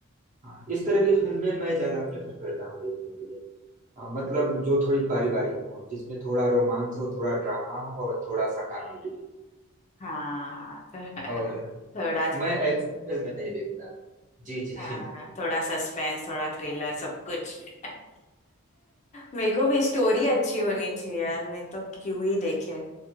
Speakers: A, on the right (about 35°); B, on the left (about 30°).
A: हाँ, इस तरह की फिल्में मैं ज्यादा प्रेफर करता हूँ देखने के लिए हाँ, मतलब
B: और
A: जो थोड़ी पारिवारिक हो जिसमें थोड़ा रोमांस हो थोड़ा ड्रामा हो और थोड़ा सा कॉमेडी
B: हाँ तो <laughs>
A: हो और
B: थोड़ा
A: मैं एक्शन फिल्में नहीं देखता जी जी
B: हाँ थोड़ा सस्पेंस थोड़ा थ्रिलर सब कुछ <laughs> मेरे को भी स्टोरी अच्छी होनी चाहिए यार नहीं तो क्यों ही देखे